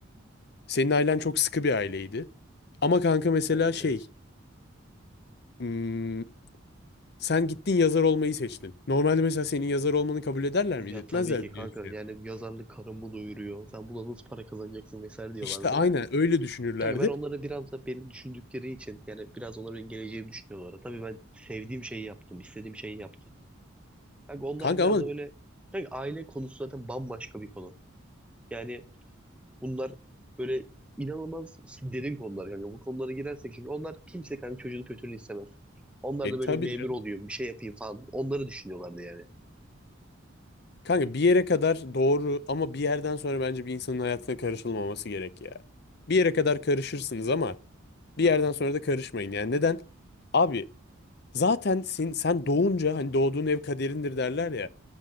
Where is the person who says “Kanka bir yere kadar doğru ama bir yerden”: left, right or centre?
Left